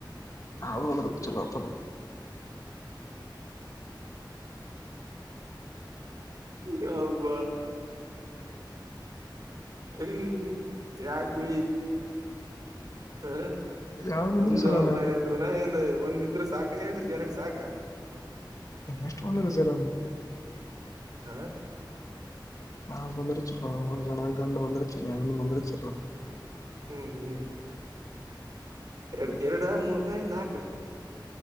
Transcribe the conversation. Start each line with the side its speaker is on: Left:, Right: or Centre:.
Left: ಹದು ಒಂದು ಕ ಚಲ್ಲತ್ತಲ್ಲ
Right: ಈ ಹಬ ಹ್ಮ ಯಾಗ ಭ ಹ
Left: ಯಾವ್ ಬಂದ್ರು
Right: ಹಮ್ದು
Left: ಚಲೋನ
Right: ಅಮಾರದು ನ ಏನು ಒಂದಿದ್ರ ಸಾಕ ಎ ಎರಡು ಸಾಕ
Left: ಎಷ್ಟವನ್ನು ರ ಸರ
Right: ಹ
Left: ನಾ ಬಂದರುಚ ಗಣ ಗಂಡು ಬಂದರುಚ ಇನ್ನ ವಂದರುಚ
Right: ಹ್ಮ್ ಹ್ಮ್ ಎರಡು ಎರಡು ಮೂರ ನಾಕು